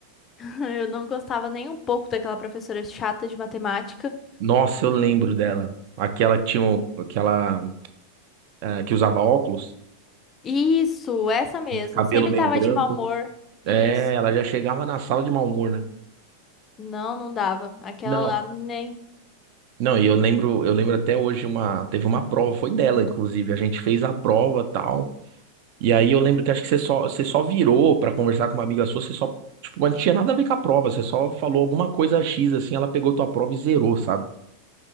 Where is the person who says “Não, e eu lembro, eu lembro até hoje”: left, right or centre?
Right